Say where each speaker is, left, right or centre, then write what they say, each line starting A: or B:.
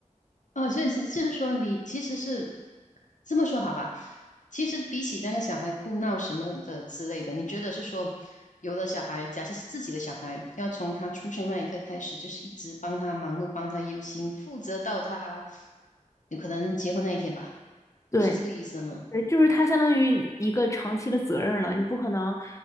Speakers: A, on the left; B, on the left.
A: 哦，所是就是说，你其实是这么说好吧？其实比起那个小孩哭闹什么的之类的，你觉得是说，有了小孩，假设是自己的小孩，要从他出生那一刻开始，就是一直帮他忙碌，帮他忧心，负责到他有可能结婚那一天吧？
B: 对。
A: 是这个意思吗？
B: 对，就是它相当于你一个长期的责任了，你不可能